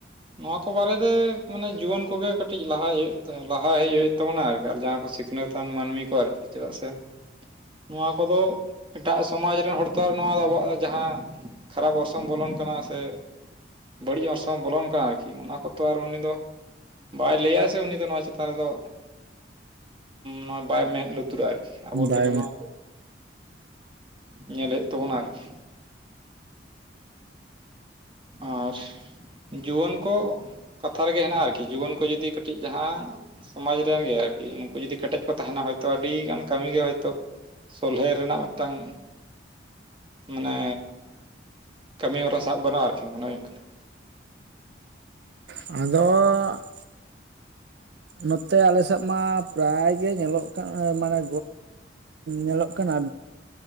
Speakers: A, on the right; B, on the right.
A: ᱱᱚᱣᱟ ᱠᱚ ᱵᱟᱨᱮ ᱛᱮ ᱢᱟᱱᱮ ᱡᱩᱣᱟᱹᱱ ᱠᱚ ᱜᱮ ᱠᱟᱹᱴᱤᱡ ᱞᱟᱦᱟᱭ ᱦᱳᱭᱳᱜ ᱞᱟᱦᱟ ᱦᱮᱡ ᱦᱳᱭᱳᱜ ᱛᱟᱵᱚᱱᱟ ᱟᱨ ᱠᱤ ᱟᱨ ᱡᱟᱦᱟᱸᱭ ᱠᱚ ᱥᱤᱠᱷᱱᱟᱹᱛᱟᱱ ᱢᱟᱹᱱᱢᱤ ᱠᱚ ᱟᱨ ᱠᱤ ᱪᱮᱫᱟᱜ ᱥᱮ ᱱᱚᱣᱟ ᱠᱚ ᱫᱳ ᱮᱴᱟᱜ ᱥᱚᱢᱟᱡᱽ ᱨᱮᱱ ᱦᱚᱲ ᱛᱳ ᱟᱨ ᱱᱚᱣᱟ ᱫᱚ ᱟᱵᱚᱣᱟᱜ ᱡᱟᱦᱟᱸ ᱠᱷᱟᱨᱟᱯ ᱚᱨᱥᱚᱝ ᱵᱚᱞᱚᱱ ᱠᱟᱱᱟ ᱥᱮ ᱵᱟᱹᱲᱤᱡ ᱚᱨᱥᱚᱝ ᱵᱚᱞᱚᱱ ᱠᱟᱱᱟ ᱟᱨ ᱠᱤ ᱚᱱᱟ ᱠᱚ ᱛᱚ ᱟᱨ ᱩᱱᱤ ᱫᱳ ᱵᱟᱭ ᱞᱟᱹᱭᱟᱭ ᱥᱮ ᱩᱱᱤ ᱫᱚ ᱱᱚᱣᱟ ᱪᱮᱛᱟᱱ ᱨᱮ ᱫᱚ ᱱᱚᱜᱚᱭ ᱵᱟᱭ ᱢᱮᱸᱫ ᱞᱩᱛᱩᱨᱟᱜᱟ ᱟᱨ ᱠᱤ ᱟᱵᱚ
B: ᱵᱟᱭ
A: ᱛᱮ ᱜᱮ ᱱᱚᱣᱟ ᱠᱚ ᱧᱮᱞ ᱦᱳᱭᱳᱜ ᱛᱟᱵᱚᱱᱟ ᱟᱨ ᱠᱤ ᱟᱨ ᱡᱩᱣᱟᱹᱱ ᱠᱚ ᱠᱟᱛᱷᱟ ᱨᱮ ᱜᱮ ᱦᱮᱱᱟᱜᱼᱟ ᱟᱨ ᱠᱤ ᱡᱩᱣᱟᱹᱱ ᱠᱚ ᱡᱩᱫᱤ ᱠᱟᱹᱴᱤᱡ ᱡᱟᱦᱟᱸ ᱥᱚᱢᱟᱡᱽ ᱨᱮᱱ ᱜᱮ ᱟᱨ ᱠᱤ ᱱᱩᱝᱠᱩ ᱡᱩᱫᱤ ᱠᱮᱴᱮᱡ ᱠᱚ ᱛᱟᱦᱮᱱᱟ ᱦᱚᱭᱛᱚ ᱟᱹᱰᱤ ᱜᱟᱱ ᱠᱟᱹᱢᱤ ᱜᱮ ᱦᱳᱭ ᱛᱳ ᱥᱚᱞᱦᱮ ᱨᱮᱱᱟᱜ ᱢᱮᱫ ᱴᱟᱝ ᱢᱟᱱᱮ ᱠᱟᱹᱢᱤ ᱦᱚᱨᱟ ᱥᱟᱵ ᱜᱟᱱᱚᱜᱼᱟ ᱟᱨᱠᱤ ᱢᱚᱱᱮ ᱦᱳᱭᱳᱜ ᱠᱟᱱᱟ
B: ᱟᱫᱚ ᱱᱚᱛᱮ ᱟᱞᱮ ᱥᱮᱫ ᱢᱟ ᱯᱨᱟᱭ ᱜᱮ ᱧᱮᱞᱚᱜ ᱠᱟᱱ ᱢᱟᱱᱮ ᱧᱮᱞᱚᱜ ᱠᱟᱱ ᱠᱟᱱᱟ